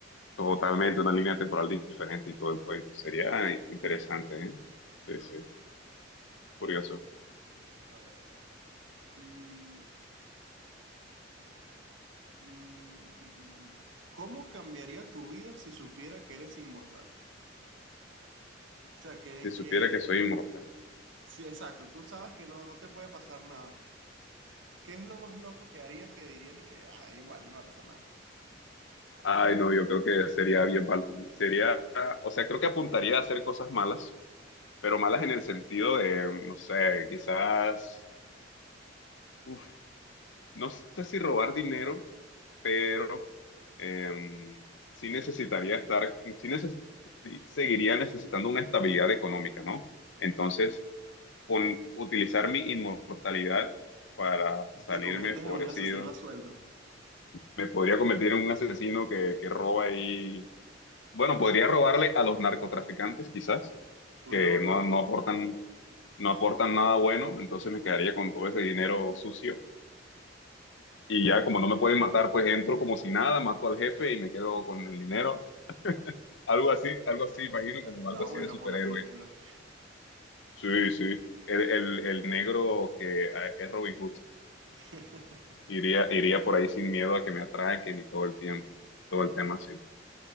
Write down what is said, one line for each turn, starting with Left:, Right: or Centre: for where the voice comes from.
Left: Totalmente una línea temporal diferente y todo el cuento. Sería interesante, ¿eh?
Right: Qué
Left: Sí,
Right: loco.
Left: sí, curioso.
Right: A ver. Mm, mm, mm, mm, mm. ¿Cómo cambiaría tu vida si supiera que eres inmortal? O sea, que,
Left: Si
Right: que...
Left: supiera que soy inmortal.
Right: Sí, exacto. Tú sabes que no, no te puede pasar nada. ¿Qué es lo más loco que harías que dirías y que, ah, igual, no me va a pasar nada?
Left: Ay, no, yo creo que sería bien, mal- sería, o sea, creo que apuntaría a hacer cosas malas, pero malas en el sentido de, no sé, quizás, uf, no sé si robar dinero, pero em, sí necesitaría estar, sí neces- sí seguiría necesitando una estabilidad económica, ¿no? Entonces, con utilizar mi inmortalidad para salirme
Right: Te conviertes
Left: favorecido.
Right: en un asesino a sueldo.
Left: Me podría convertir en un asesino que, que roba y... Bueno, podría robarle a los narcotraficantes quizás,
Right: Un
Left: que
Right: Robin
Left: no,
Right: Hood.
Left: no aportan, no aportan nada bueno, entonces me quedaría con todo ese dinero sucio. Y ya como no me pueden matar, pues entro como si nada, mato al jefe y me quedo con el dinero. Algo así, algo así, imagino,
Right: Bueno, Está,
Left: como
Right: está
Left: algo así
Right: bueno
Left: de superhéroe.
Right: para una película.
Left: Sí, sí. El, el, el negro que eh, es Robin Hood.
Right: <laughs>
Left: Iría, iría por ahí sin miedo a que me atraquen y todo el tiempo, todo el tema así.